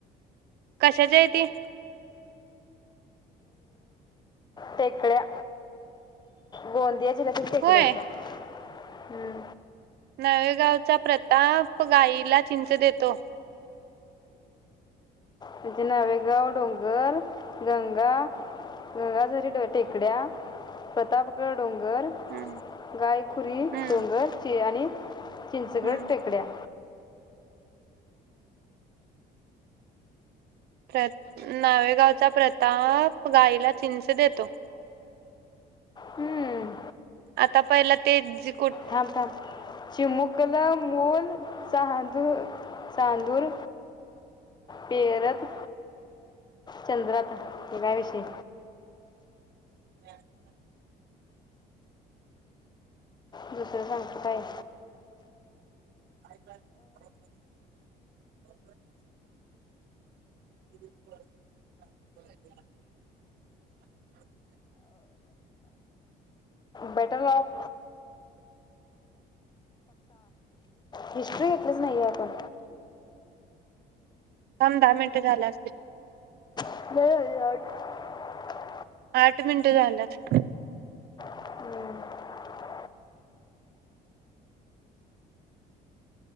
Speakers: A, on the right; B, on the left.
A: कशाच्या आहे ते.
B: तेेकड्या गो याच हेज्यातील टेकड्या
A: होय
B: आहेत त्या हूं.
A: नवेगावचा प्रताप गाईला चिंच देतो.
B: त्याची नावे गाव डोंगर, गंगा गंगाधरी टेकड्या, प्रतापगड. डोंगर
A: हम्म
B: गायखुरी
A: हम्म
B: डोंगरची आणि चिंचगड
A: हम्म
B: टेकड्या.
A: प्र नावेगावचा प्रताप गाईला चिंच देतो.
B: हम्म.
A: आता पहिला ते जीक
B: थांब, थांब चिमुकलं मुल चांदूर. चांदूर पेरथ. चंद्रात हे काय विषय.
A: <inaudible>
B: दुसरा सांगतोय काय?
A: <inaudible> <inaudible> <inaudible>
B: Better off. हिस्ट्री घेतलीच नाही ग आपण.
A: दहा मिनिट झाल्या असतील.
B: <unintelligible>
A: आठ मिनटं झाल्या.
B: हूं!